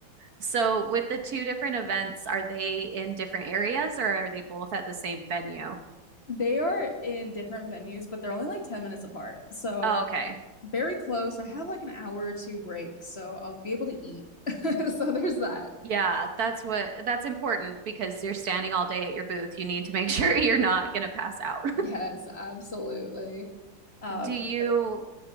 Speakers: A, on the right; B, on the left.
A: So, with the two different events, are they in different areas or are they both at the same venue?
B: They are in different venues, but they're only like 10 minutes apart. So
A: Oh, okay.
B: very close. I have like an hour or two break, so I'll be able to eat. <laughs> So there's that.
A: Yeah, that's what that's important because you're standing all day at your booth. You need to make <laughs> sure you're not going to pass out.
B: Yes, absolutely. Um,
A: Do you
B: but